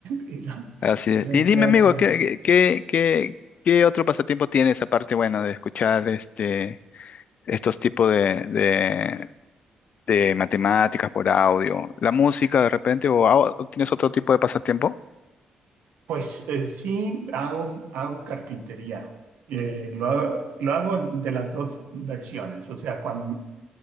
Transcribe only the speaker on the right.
y lo,
y
lo empleas
en algo.
Pues eh, sí, hago, hago carpintería. Eh, lo, ha- lo hago de las dos versiones, o sea, cuando